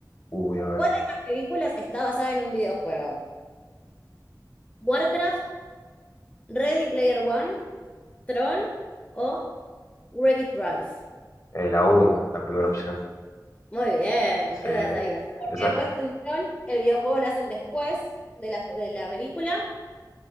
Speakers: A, on the left; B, on the left.
A: Uy, a ver.
B: ¿Cuál de estas películas está basada en un videojuego? Warcraft, Ready Player One, Tron o Wreck-It Ralph.
A: eh, la una, la primera opción.
B: Muy bien,
A: Sí.
B: esa la sabía. Porque
A: Esa,
B: después
A: eh,
B: en Tron el videojuego lo hacen después de la, de la película.